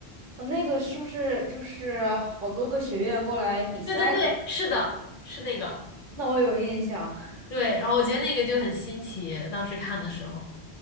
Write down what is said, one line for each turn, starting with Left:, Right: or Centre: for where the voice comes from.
Right: 我那个是不是就是好多个学院过来比赛的？
Left: 对对对，是的，是那个，
Right: 那我有印象。<laughs>
Left: 对，然后我觉得那个就很新奇，当时看的时候。